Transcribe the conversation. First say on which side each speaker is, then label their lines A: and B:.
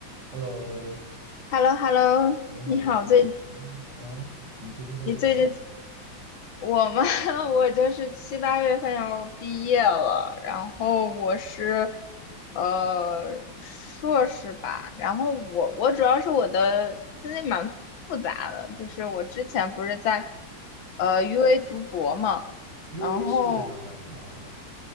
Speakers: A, on the right; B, on the left.
A: Hello，
B: h e l l o h e l l o
A: 你好呀，
B: 你好，最
A: 嗯，啊你最近过得怎么样
B: 你最近我嘛，<laughs> 我就是七八月份要毕业了，然后我是呃硕士吧，然后我我主要是我的经历蛮复杂的，就是我之前不是在呃 UA 读博嘛，
A: ？UA
B: 然后
A: 是哪哪里啊？